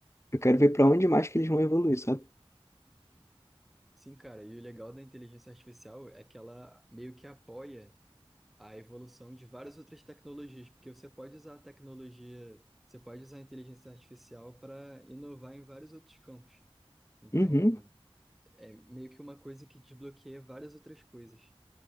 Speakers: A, on the left (about 25°); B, in the centre.
A: eu quero ver para onde mais que eles vão evoluir, sabe?
B: Sim, cara, e o legal da inteligência artificial é que ela meio que apoia a evolução de várias outras tecnologias, porque você pode usar a tecnologia, você pode usar a inteligência artificial para inovar em vários outros campos. Então,
A: Uhum,
B: é meio que uma coisa que desbloqueia várias outras coisas.